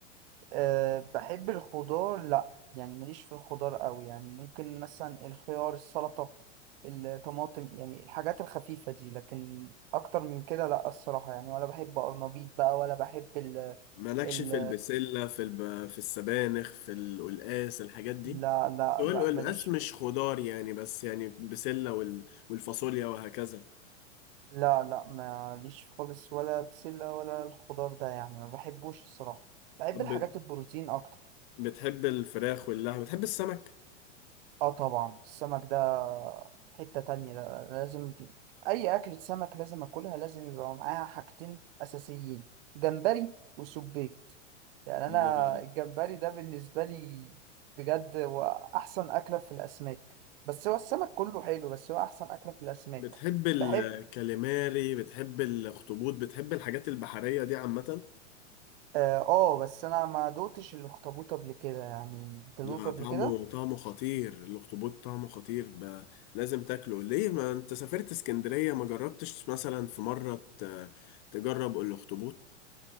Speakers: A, on the right (about 50°); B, on the left (about 45°).
A: أه بحب الخضار لا يعني ماليش في الخضار قوي يعني ممكن مثلا الخيار السلطة الطماطم يعني الحاجات الخفيفة دي لكن أكتر من كده لا الصراحة يعني ولا بحب قرنبيط بقى ولا بحب ال
B: مالكش
A: ال
B: في البسلة في الب... في السبانخ في القلقاس الحاجات دي
A: لا لا
B: بس هو القلقاس
A: لا ماليش
B: مش
A: في
B: خضار يعني بس يعني بسلة وال... والفاصوليا وهكذا
A: لا لا ماليش خالص ولا بسلة ولا الخضار ده يعني ما بحبوش الصراحة بحب
B: طب
A: الحاجات البروتين أكتر
B: بتحب الفراخ واللحم بتحب السمك
A: اه طبعا السمك ده حتة تانية ده لازم ك- أي أكلة سمك لازم أكلها لازم يبقى معاها حاجتين أساسيين جمبري وسبيت يعني أنا
B: ال-
A: الجمبري ده بالنسبة لي بجد هو أحسن أكلة في الأسماك بس هو السمك كله حلو بس هو أحسن أكلة في الأسماك
B: بتحب الكاليماري
A: بحب
B: بتحب الاخطبوط بتحب الحاجات البحرية دي عامة
A: آه آه، بس أنا ما دوتش الأخطبوط قبل كده يعني أنت دوقته
B: لا
A: قبل
B: طعمه
A: كده؟
B: طعمه خطير الاخطبوط طعمه خطير ب... لازم تاكله ليه ما انت سافرت اسكندرية ما جربتش مثلا في مرة ت... تجرب الاخطبوط